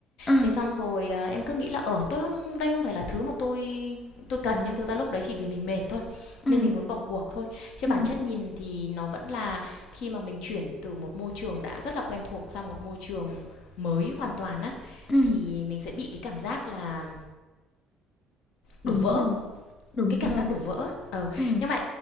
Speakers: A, on the left; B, on the left.
A: ừ
B: thế xong rồi à, em cứ nghĩ là ở tôi không đây không phải là thứ mà tôi tôi cần nhưng thực ra lúc đấy chỉ vì mình mệt thôi
A: ừ
B: nên mình muốn bỏ cuộc thôi chứ
A: ừ
B: bản chất nhìn thì nó vẫn là khi mà mình chuyển từ một môi trường đã rất là quen thuộc sang một môi trường mới hoàn toàn á
A: ừ
B: thì mình sẽ bị cái cảm giác là
A: đúng
B: đổ vỡ
A: rồi đúng
B: cái cảm
A: rồi
B: giác đổ vỡ ấy. ờ
A: ừ
B: nhưng mà